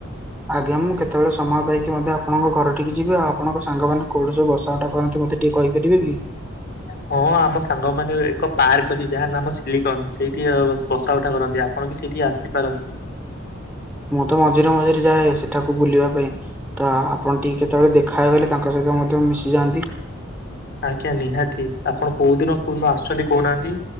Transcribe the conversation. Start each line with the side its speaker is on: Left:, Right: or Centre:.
Centre: ଆଜ୍ଞା ମୁଁ କେତେବେଳେ ସମୟ ପାଇକି ମଧ୍ୟ ଆପଣଙ୍କ ଘରଠିକି ଯିବି ଆଉ ଆପଣଙ୍କ ସାଙ୍ଗମାନେ କୋଉଡି ସବୁ ବସା ଉଠା କରନ୍ତି ମତେ ଟିକେ କହିପାରିବେ କି?
Left: ହଁ ଆମ ସାଙ୍ଗ ମାନେ ଏକ ପାର୍କ ଅଛି ଯାହା ନାମ ସିଲିକନ ସେଇଠି ବସା ଉଠା କରନ୍ତି।। ଆପଣ ବି ସେଇଠି ଆସିପାରନ୍ତି।
Centre: ମୁଁ ତ ମଝିରେ ମଝିରେ ଯାଏ ସେଠାକୁ ବୁଲିବା ପାଇଁ। ତ ଆପଣ ଟିକି କେତେବେଳେ ଦେଖାହେଇଗଲେ ତାଙ୍କ ସହିତ ମଧ୍ୟ ମିଶିଯାଆନ୍ତି।
Left: ଆଜ୍ଞା ନିହାତି ଆପଣ କୋଉ ଦିନ କୋଉ ଦିନ ଆସୁଛନ୍ତି କହୁନାହାନ୍ତି?